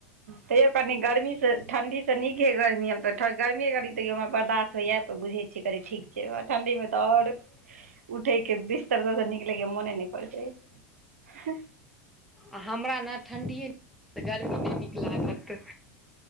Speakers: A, on the right; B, in the centre.
A: तैयो कनि गर्मीसे ठण्डीसे नीके गर्मी आब त गर्मी कनि तैयो हमरा बर्दाश्त होइयै त बुझै छियै कनी ठीक छैय ठण्डीमे त और उठै के बिस्तर पर स निकलयके मोने नै करैत रहय छैय।
B: आ हमरा ने ठण्ढीए नीक गर्मी नय नीक लागत।